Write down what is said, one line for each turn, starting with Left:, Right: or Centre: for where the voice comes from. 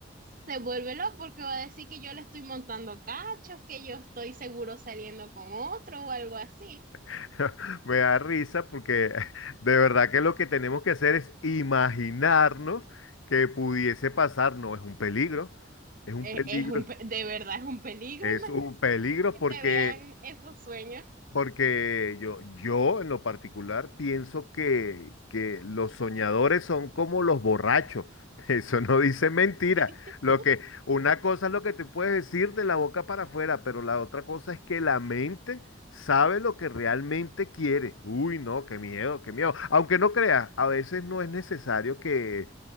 Right: se vuelve loco porque va a decir que yo le estoy montando cachos, que yo estoy seguro saliendo con otro o algo así.
Left: <laughs> Me da risa porque <laughs> de verdad que lo que tenemos que hacer es imaginarnos que pudiese pasar. No, es un peligro, es un
Right: Es,
Left: peligro,
Right: es un, pe- de verdad es un peligro,
Left: es
Right: <laughs> imagínate
Left: un peligro
Right: que
Left: porque
Right: te vean esos sueños.
Left: porque yo, yo en lo particular pienso que, que los soñadores son como los borrachos. <laughs> Eso no dice mentira.
Right: <laughs>
Left: Lo que, una cosa es lo que tú puedes decir de la boca para afuera, pero la otra cosa es que la mente sabe lo que realmente quiere. Uy, no, qué miedo, qué miedo. Aunque no creas, a veces no es necesario que